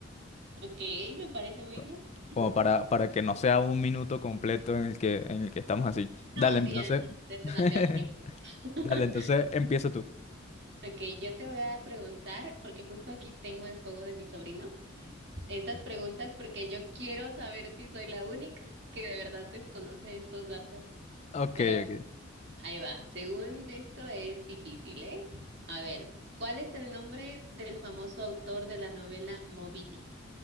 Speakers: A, on the right (about 55°); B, on the left (about 35°).
A: Ok, me parece muy
B: Co-
A: bien. Ujú.
B: Como para, para que no sea un minuto completo en el que, en el que estamos así. Dale,
A: No,
B: entonces.
A: sí, además es
B: <laughs>
A: demasiado tiempo. <laughs>
B: Dale, entonces empieza tú.
A: Ok, yo te voy a preguntar, porque justo aquí tengo el juego de mi sobrino, estas preguntas porque yo quiero saber si soy la única que de verdad desconoce estos datos.
B: Ok,
A: Pero a ver,
B: ok.
A: ahí va, según esto es difícil, ¿eh? A ver, ¿cuál es el nombre del famoso autor de la novela Moby Dick?